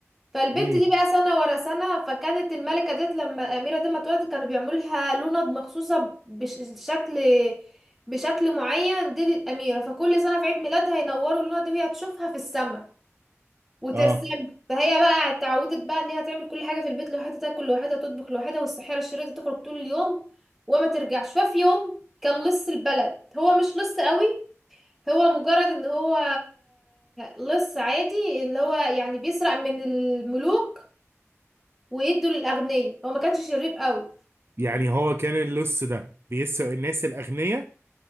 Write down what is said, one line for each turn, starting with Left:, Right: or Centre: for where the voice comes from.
Centre: فالبنت
Right: امم
Centre: دي بقى سنة ورا سنة فكانت الملكة ديت لما الأميرة دي ما اتولدت كانوا بيعملوا لها لوند مخصوصة بشكل بشكل معين دي للأميرة فكل سنة في عيد ميلادها ينوروا اللوند دي وهي تشوفها في السماء وترسم
Right: اه
Centre: فهي بقى اتعودت بقى ان هي تعمل كل حاجة في البيت لوحدها تاكل لوحدها تطبخ لوحدها والسحيرة الشريرة دي تخرج طول اليوم وما ترجعش ففي يوم كان لص البلد هو مش لص قوي هو مجرد ان هو لص عادي اللي هو يعني بيسرق من الملوك ويدوا للاغنياء هو ما كانش شرير قوي
Right: يعني هو كان اللص ده بيسرق الناس الاغنياء